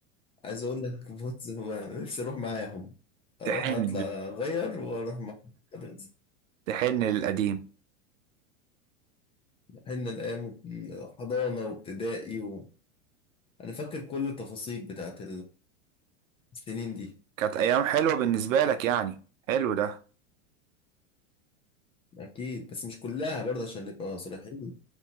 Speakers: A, on the left; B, on the right.
A: عايز أقول لك <laughs> بص ما- نفسي أروح معاهم أروح
B: تحن
A: أطلع أغير وأروح مع المدرسة
B: تحن للقديم
A: إحنا الأيام حضانة وابتدائي و... أنا فاكر كل التفاصيل بتاعت السنين دي
B: كانت ايام حلوة بالنسبة لك يعني حلو ده
A: أكيد بس مش كلها برضه عشان نبقى صريحين